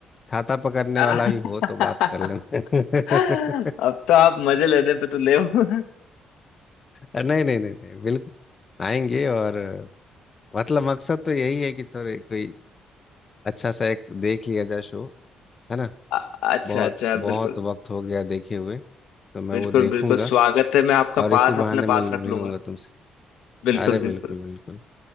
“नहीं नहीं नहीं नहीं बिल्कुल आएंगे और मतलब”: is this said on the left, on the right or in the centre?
Left